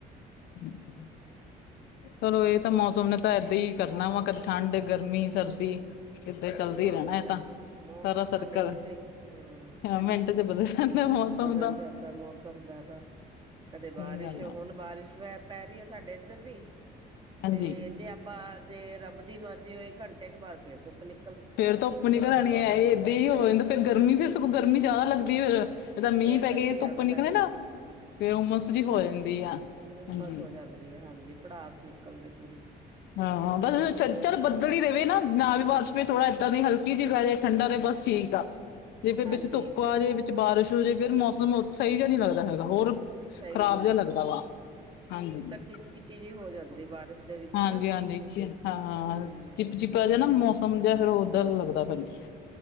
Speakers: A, on the left (about 80°); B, on the right (about 30°).
A: <unintelligible> ਚਲੋ ਇਹ ਤਾਂ ਮੌਸਮ ਨੇ ਤਾਂ ਏਦਾਂ ਹੀ ਕਰਨਾ ਵਾ ਕਦੇ ਠੰਡ, ਗਰਮੀ, ਸਰਦੀ। ਏਦਾਂ ਚੱਲਦਾ ਈ ਰਹਿਣਾ। ਤਾਂ
B: ਜੀ ਮੌਸਮ
A: ਸਾਰਾ
B: ਤਾਂ
A: ਸਰਕਲ
B: ਮਿੰਟ ਚ ਹੀ ਹੂੰ,
A: ਮਿੰਟ ਚ ਬਦਲ ਜਾਂਦਾ ਮੌਸਮ
B: ਬਦਲ
A: ਦਾ
B: ਜਾਂਦਾ ਮੌਸਮ ਦਾ ਤਾਂ ਕਦੇ ਬਾਰਿਸ਼
A: ਸਹੀ ਗੱਲ
B: ਹੁਣ
A: ਆ
B: ਬਾਰਿਸ਼ ਪੈ ਰਹੀ ਐ ਸਾਡੇ ਇੱਧਰ ਵੀ
A: ਹਾਂਜੀ
B: ਤੇ ਜੇ ਆਪਾਂ ਜੇ ਰੱਬ ਦੀ ਮਰਜ਼ੀ ਹੋਈ ਘੰਟੇ ਕ ਬਾਅਦ ਫੇਰ ਧੁੱਪ ਨਿ
A: ਫੇਰ ਧੁੱਪ ਨਿਕਲ ਆਣੀ ਐ, ਇਹ ਏਦਾਂ ਹੀ ਹੋ ਜਾਂਦਾ ਫੇਰ ਗਰਮੀ, ਫਿਰ ਸਗੋਂ ਗਰਮੀ ਜ਼ਿਆਦਾ ਲੱਗਦੀ ਫਿਰ। ਜਿੱਦਾਂ ਮੀਂਹ
B: ਫੇਰ
A: ਪੈ
B: ਗਰਮੀ
A: ਕੇ
B: ਜ਼ਿਆਦਾ
A: ਧੁੱਪ
B: ਲੱਗਦੀ
A: ਨਿਕਲੇ ਨਾ, ਫੇਰ ਉਮਸ ਜੀ ਹੋ ਜਾਂਦੀ ਆ। ਹਾਂਜੀ
B: ਹੁਮਸ ਹੋ ਜਾਂਦੀ ਆ, ਹਾਂਜੀ ਭੜਾਸ ਨਿਕਲਦੀ ਪੂਰੀ।
A: ਹਾਂ-ਹਾ ਬਸ
B: ਹਾਂਜੀ
A: ਚਲ ਬੱਦਲ
B: ਹਾਂਜੀ
A: ਬੱਦਲ ਵੀ ਰਵੇ ਨਾ, ਨਾਲ ਵਾਰਿਸ਼ ਵੀ ਥੋੜਾ ਏਦਾਂ ਦੀ ਹਲਕੀ ਜਿਹੀ ਰਵੇ, ਠੰਡਾ ਤੇ ਬਸ ਠੀਕ ਆ। ਜੇ ਫੇਰ
B: ਹਾਂਜੀ
A: ਵਿੱਚ ਧੁੱਪ ਆ ਜਾਏ, ਵਿੱਚ ਬਾਰਿਸ਼ ਹੋ ਜੇ, ਫੇਰ ਮੌਸਮ ਓ ਸਹੀ ਜਿਹਾ ਨਹੀਂ ਲੱਗਦਾ ਹੈਗਾ, ਹੋਰ
B: ਸਹੀ
A: ਖ਼ਰਾਬ
B: ਨਹੀਂ
A: ਜਿਹਾ ਲੱਗਦਾ ਵਾ। ਹਾਂਜੀ,
B: ਇੱਕ ਤਾਂ ਕਿਚ ਕਿਚੀ ਜਿਹੀ ਹੋ ਜਾਂਦੀ ਬਾਰਿਸ਼ ਦੇ ਵਿੱਚ
A: ਹਾਂਜੀ-ਹਾਂਜੀ
B: ਨਾ
A: ਚਿੰਤਾ
B: ਹੂੰ
A: ਚਿਪ-ਚਿਪਾ ਜਿਆ ਨਾ,
B: ਹੂੰ
A: ਮੌਸਮ ਜਿਆ ਫਿਰ ਓਦਾ ਦਾ ਲੱਗਦਾ, ਹਾਂਜੀ